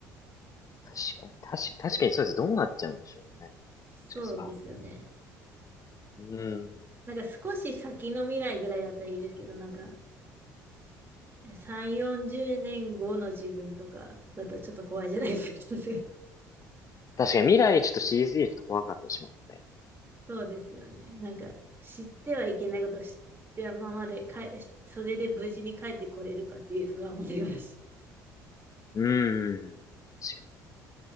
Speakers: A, on the left; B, on the right.
A: 確かに、確かに、確かにそうです。どうなっちゃうんでしょうね。
B: そうですよね。
A: 確かにそら。うん。
B: なんか少し先の未来ぐらいだったらいいですけど、なんか、3、40年後の自分とかだったらちょっと怖いじゃないですか。<laughs>
A: 確かに未来ちょっと CG ちょっと怖かったりしますね。
B: そうですよね。なんか、知ってはいけないこと知ってはままで、かえ、それで無事に帰ってこれるかっていう不安もありますし
A: うーん。確